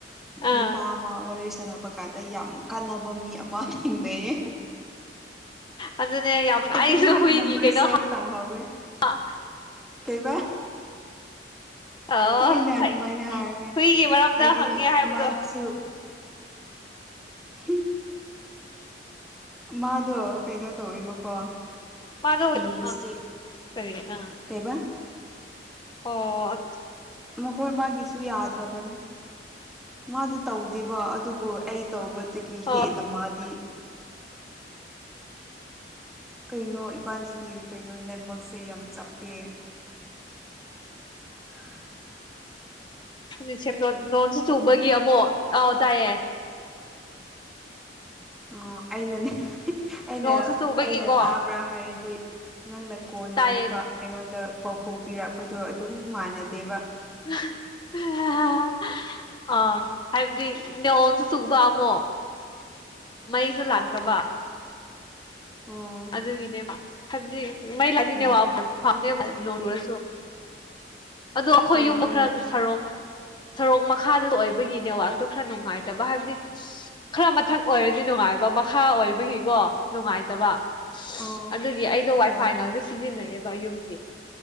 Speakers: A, on the left (about 25°); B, in the centre.
A: ꯑꯥ
B: ꯅꯨꯄꯥ ꯑꯃ ꯋꯥꯔꯤ ꯁꯥꯟꯅꯕ ꯀꯥꯗ ꯌꯥꯝ ꯀꯥꯟꯅꯕ ꯃꯤ ꯑꯃ ꯊꯦꯡꯅꯩꯌꯦ
A: ꯑꯗꯨꯅꯦ ꯌꯥꯝ
B: ꯑꯗꯣ
A: ꯑꯩꯁꯨ
B: ꯃꯥꯒꯤ
A: ꯍꯨꯏꯒꯤ
B: ꯅꯝꯕꯔ
A: ꯀꯩꯅꯣ
B: ꯁꯦꯚ
A: ꯍꯥꯞ <unintelligible>
B: ꯇꯧꯍꯧꯋꯦ ꯀꯩꯕꯥ
A: <inaudible> ꯑꯣ
B: ꯑꯩꯅ
A: ꯐꯩ
B: ꯑꯗꯨꯃꯥꯏꯅ ꯍꯥꯏꯔꯒꯦ
A: ꯍꯨꯏꯒꯤ ꯃꯔꯝꯗ
B: ꯑꯩꯗꯤ
A: ꯍꯪꯉꯦ ꯍꯥꯏꯕꯗꯣ
B: ꯃꯥꯁꯨ ꯍꯝ ꯃꯥꯗꯣ ꯀꯩꯅꯣ ꯇꯧꯋꯦꯕꯀꯣ
A: ꯃꯥꯗꯣ
B: ꯄꯤ ꯑꯩꯆ
A: ꯑ
B: ꯗꯤ
A: ꯀꯔꯤ ꯑꯥ
B: ꯀꯩꯕꯥ
A: ꯑꯣ ꯑꯠ
B: ꯃꯈꯣꯏ ꯃꯥꯒꯤꯁꯨ ꯌꯥꯗ꯭ꯔꯥꯕꯅꯦ ꯃꯥꯗꯨ ꯇꯧꯗꯦꯕ ꯑꯗꯨꯕꯨ ꯑꯩ ꯇꯧꯕꯗꯒꯤ
A: ꯑꯣ
B: ꯍꯦꯟꯅ ꯃꯥꯗꯤ
A: <inaudible>
B: ꯀꯩꯅꯣ ꯏꯕꯥꯅꯤꯒꯤ ꯀꯩꯅꯣ ꯅꯦꯠꯋꯛꯁꯦ ꯌꯥꯝ ꯆꯞꯄꯦ ꯍꯥ
A: ꯍꯨꯖꯤꯛ ꯁꯦꯝꯗꯣꯟ ꯅꯣꯟꯁꯨ ꯆꯨꯕꯒꯤ ꯑꯃꯨꯛ ꯑꯥꯎ ꯇꯥꯏꯌꯦ
B: ꯑꯣ ꯑꯩꯅꯅꯦ ꯑꯩꯅ
A: ꯅꯣꯡꯁꯨ ꯆꯨꯕꯒꯤꯀꯣ
B: ꯑꯩꯅ ꯇꯥꯕ꯭ꯔꯥ ꯍꯥꯏꯔꯗꯤ ꯅꯪꯅ ꯀꯣꯟꯅ
A: ꯇꯥꯏꯌꯦ
B: ꯑꯃꯨꯛꯀꯥ ꯑꯩꯉꯣꯟꯗ ꯄꯥꯎꯈꯨꯝ ꯄꯤꯔꯛꯄꯗꯣ ꯑꯗꯨꯝ ꯃꯥꯟꯅꯗꯦꯕ
A: <unintelligible> ꯑꯥ ꯑꯥ ꯍꯥꯏꯕꯗꯤ ꯅꯣꯡꯁꯨ ꯆꯨꯕ ꯑꯃꯨꯛ ꯃꯩꯁꯨ ꯂꯥꯛꯇꯕ
B: ꯑꯣ ꯑꯣ
A: ꯑꯗꯨꯒꯤꯅꯦꯕ ꯍꯥꯏꯕꯗꯤ ꯃꯩ ꯂꯥꯛꯑꯗꯤ ꯅꯦꯠꯋꯥꯛ
B: ꯎꯝ
A: ꯐꯪ ꯐꯪꯅꯦꯕ ꯅꯣꯡ ꯆꯨꯔꯁꯨ ꯑꯗꯣ ꯑꯈꯣꯏ
B: ꯍꯣꯏ
A: ꯌꯨꯝꯒ
B: ꯃꯥꯅꯦ
A: ꯈꯔ ꯁꯥꯔꯣꯛ ꯁꯔꯣꯛ ꯃꯈꯥꯗ ꯑꯣꯏꯕꯒꯤ ꯅꯦꯠꯋꯥꯛꯇꯨ ꯈꯔ ꯅꯨꯡꯉꯥꯏꯇꯕ ꯍꯥꯏꯕꯗꯤ ꯈꯔ ꯃꯊꯛ ꯑꯣꯏꯔꯗꯤ ꯅꯨꯡꯉꯥꯏꯕ ꯃꯈꯥ ꯑꯣꯏꯕꯒꯤꯀꯣ ꯅꯨꯡꯉꯥꯏꯇꯕ
B: ꯑꯥ
A: ꯑꯗꯨꯒꯤ ꯑꯩꯗꯣ ꯋꯥꯏꯐꯥꯏ
B: ꯍꯣꯏ
A: ꯉꯥꯛꯇ ꯁꯤꯖꯤꯟꯅꯩꯌꯦꯕ ꯌꯨꯝꯒꯤ